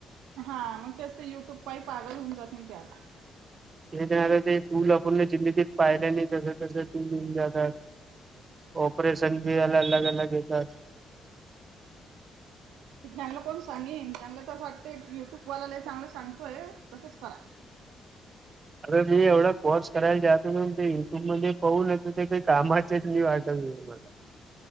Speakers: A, on the right; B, on the right.
A: हा मग तेच ते युट्यूब पाई पागल होऊन जात नाही ते त्यात.
B: हे जाणार ते तू पूर्ण जिंदगत पाहिल्या नाही जसं तसं तूऊन जातात. ऑपरेशन भी अलग, अलग येतात.
A: त चांगलं कोण सांगेन, चांगलं तसं वाटतं युट्यूबवालाला चांगलं सांगतोय तसंच करा.
B: अरे मी एवढा कोर्स करायला जातो ते तू म्हणजे पाउ नइ त ते काय कामाचेच नाइ वाटत मला.